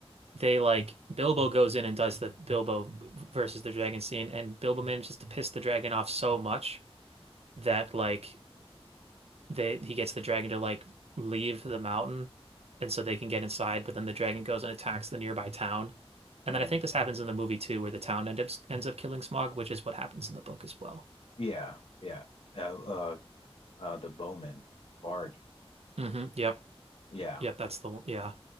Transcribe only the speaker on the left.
Mm.
Yeah. Yeah. Uh, uh, uh, the bowman bard.
Yeah.